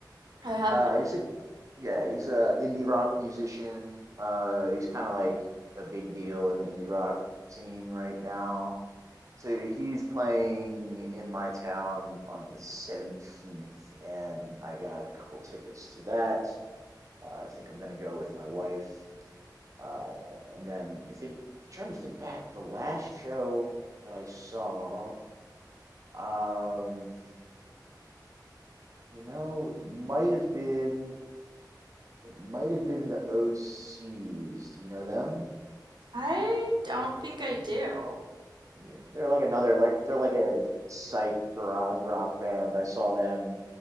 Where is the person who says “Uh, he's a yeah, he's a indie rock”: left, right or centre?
Right